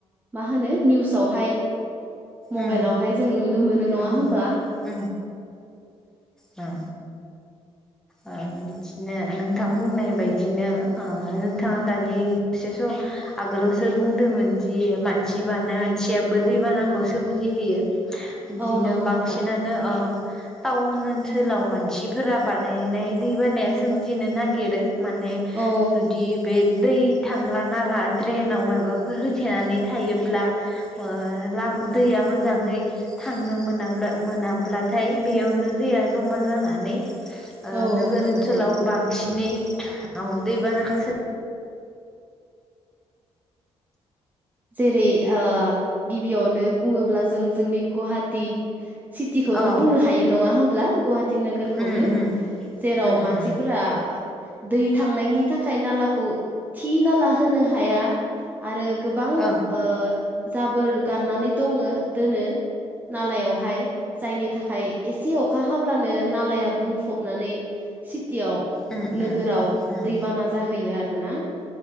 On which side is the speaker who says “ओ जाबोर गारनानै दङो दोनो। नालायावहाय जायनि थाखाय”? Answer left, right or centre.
Right